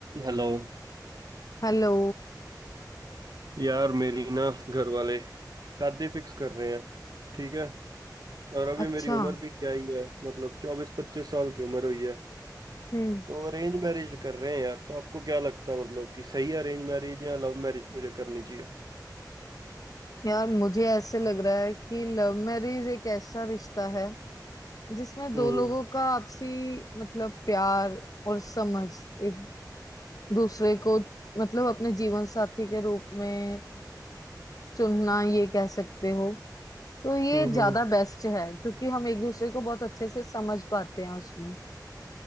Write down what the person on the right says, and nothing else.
हेलो
यार मेरी ना घर वाले शादी फिक्स कर रहे हैं ठीक है और अभी
मेरी उम्र भी क्या ही है मतलब चौबीस पच्चीस साल की उम्र हुई है
तो अरेंज मैरिज कर रहे हैं यार तो आपको क्या लगता है मतलब कि सही अरेंज मैरिज या लव मैरिज मुझे करनी चाहिए
हम्म
हम्म
हम्म।